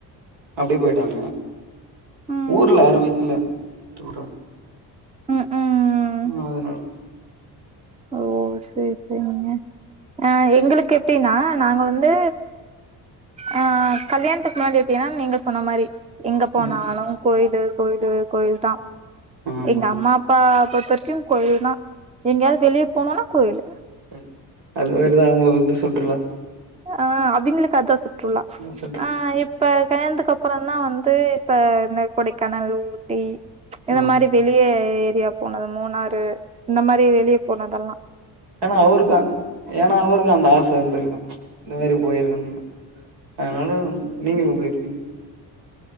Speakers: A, on the right; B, on the right.
A: அப்டியே போய்ட்டாங்க
B: ம்
A: ஊர்ல யாரு வைக்கல தூற
B: ம் ம்
A: ம் அதனாலே
B: ஓ சேரி சேரிங்க ஆ எங்ளுக்கு எப்டின்னா நாங்க வந்து ஆ கல்யாணத்துக்கு முன்னாடி எப்டின்னா நீங்க சொன்ன மாரி எங்க போனாலு
A: ம்.
B: கோயிலு கோயிலு கோயில் தா
A: ஆமா.
B: எங்க அம்மா ப்ப பொறுத்தரைக்கு கோயில் தா எங்கயாது வெளிய போனுனா கோயில்
A: அ அது மேரிதா அவுங்குள வந்து சுட்ருல்லா
B: அ அவிங்களுக் அதா சுற்றுலா
A: நோ செல்டு
B: அ எப்ப கல்யாந்துக்கு அப்பறந்தா வந்து இப்ப இந்த கொடைக்கானல் ஊட்டி இந்த
A: ஆமா.
B: மாரி வெளியெ ஏரியா போனத் மூணாறு இந்த மாரி வெளிய போனதல்லா
A: என்னா அவருக்கு என்னா அவருக்கு அந்த ஆச இர்ந்துர்க்கு இந்த மேரி போயிருக்கணுன்னு அதனால நீங்களு போயர்ப்பீங்க